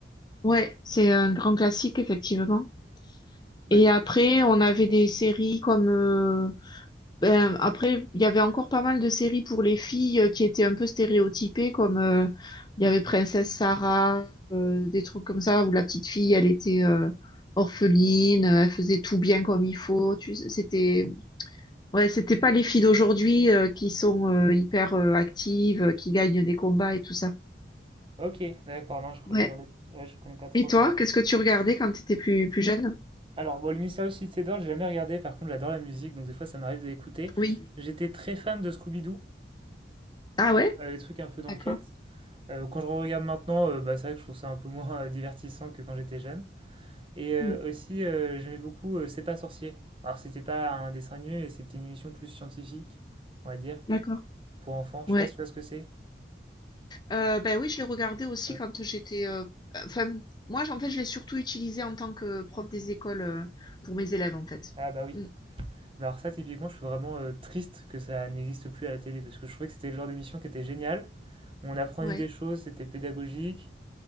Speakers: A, on the left; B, on the right.
A: Ouais, c'est un grand classique, effectivement.
B: Bah,
A: Et après, on avait des séries comme... euh, ben, après, il y avait encore pas mal de séries pour les filles euh, qui étaient un peu stéréotypées, comme euh, il y avait Princesse Sarah, euh, des trucs comme ça, où la petite fille, elle était euh, orpheline, euh, elle faisait tout bien comme il faut. Tu sais, c'était... Ouais, c'était pas les filles d'aujourd'hui euh, qui sont euh, hyper euh, actives, euh, qui gagnent des combats et tout ça.
B: ok, d'accord. Non, je, je
A: Ouais.
B: regardais, ouais, je connais pas trop
A: Et toi,
B: ça.
A: qu'est-ce que tu regardais quand tu étais plus, plus jeune?
B: Alors bon, le Mystérieux Cité d'Or, j'ai jamais regardé. Par contre, j'adore la musique, donc des fois ça m'arrive de l'écouter.
A: Oui,
B: J'étais très fan de Scooby-Doo,
A: Ah ouais?
B: euh, les trucs un peu d'enquête.
A: d'accord.
B: Euh, quand je regarde maintenant, euh, bah, c'est vrai que je trouve ça un peu moins euh, divertissant que quand j'étais jeune. Et euh,
A: Mm,
B: aussi, euh, j'aimais beaucoup euh, C'est pas sorcier. Alors, c'était pas un dessin animé, mais c'était une émission plus scientifique, on va dire,
A: D'accord.
B: pour enfants. Je
A: Ouais.
B: sais pas si tu vois ce que c'est.
A: Euh, ben oui, je l'ai regardé aussi
B: Ouais.
A: quand j'étais. euh, Enfin, moi, en fait, je l'ai surtout utilisé en tant que prof des écoles euh, pour mes élèves, en fait.
B: Ah bah oui.
A: Mm.
B: Mais alors ça, typiquement, je suis vraiment euh, triste que ça n'existe plus à la télé, parce que je trouvais que c'était le genre d'émission qui était génial. On apprenait
A: Ouais,
B: des choses, c'était pédagogique,